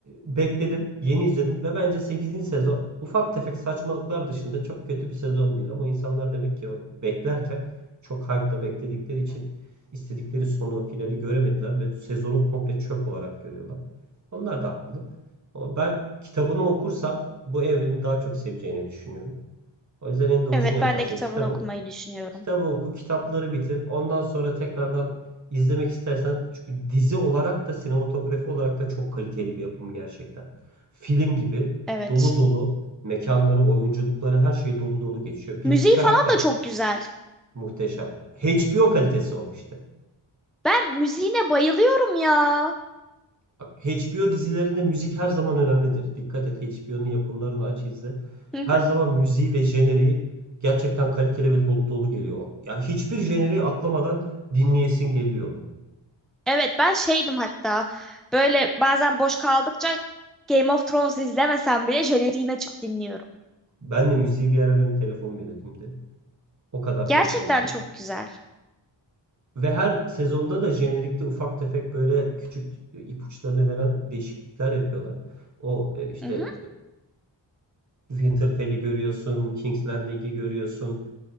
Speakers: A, on the right; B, in the centre.
A: e, bekledim, yeni izledim ve bence sekizinci sezon ufak tefek saçmalıklar dışında çok kötü bir sezon değil. Ama insanlar demek ki o beklerken çok hype'la bekledikleri için istedikleri sonu, finali göremediler ve sezonu komple çöp olarak görüyorlar. Onlar da haklı. Ama ben kitabını okursam bu evreni daha çok seveceğini düşünüyorum. O yüzden en doğrusunu
B: Evet,
A: yaparsın.
B: ben de kitabını
A: Kitap
B: okumayı
A: oku.
B: düşünüyorum.
A: Kitabı oku, kitapları bitir. Ondan sonra tekrardan izlemek istersen çünkü dizi olarak da sinematografi olarak da çok kaliteli bir yapım gerçekten. Film gibi
B: Evet.
A: dolu dolu mekanları, oyunculukları her şey dolu dolu geçiyor. Bir
B: Müziği
A: iki karakter
B: falan da çok
A: de
B: güzel.
A: muhteşem. HBO kalitesi o işte.
B: Ben müziğine bayılıyorum ya.
A: Bak HBO dizilerinde müzik her zaman önemlidir. Dikkat et HBO'nun yapımlarını aç izle.
B: Hı
A: Her
B: hı.
A: zaman müziği ve jeneriği gerçekten kaliteli ve dolu dolu geliyor. Ya hiçbir jeneriği atlamadan dinleyesin geliyor.
B: Evet, ben şeydim hatta. Böyle bazen boş kaldıkça Game of Thrones izlemesem bile jeneriğini açıp dinliyorum.
A: Ben de müziği bir ara benim telefon melodimdi. O kadar
B: Gerçekten
A: kaliteliydi.
B: çok güzel.
A: Ve her sezonda da jenerikte ufak tefek böyle küçük ipuçlarını veren değişiklikler yapıyorlar. O e, işte
B: Hı hı,
A: Winterfell'i görüyorsun, King's Landing'i görüyorsun.